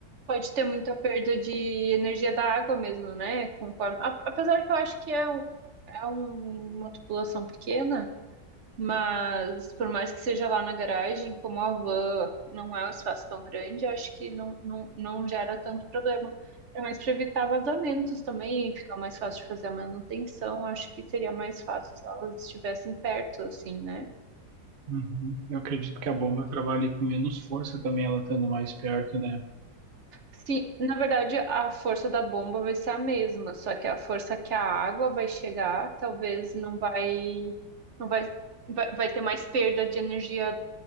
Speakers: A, on the right; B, on the right.
A: pode ter muita perda de energia da água mesmo, né? Conforme, a- apesar que eu acho que é, um- é um- uma população pequena, Mas por mais que seja lá na garagem, como a van não é um espaço tão grande, acho que não, não, não gera tanto problema. É mais para evitar vazamentos também, fica mais fácil de fazer a manutenção. Acho que seria mais fácil se elas estivessem perto, assim, né?
B: Uhum. Eu acredito que a bomba trabalhe com menos força também, ela estando mais perto, né?
A: Sim, na verdade, a força da bomba vai ser a mesma, só que a força que a água vai chegar, talvez não vai, não vai, vai, vai ter mais perda de energia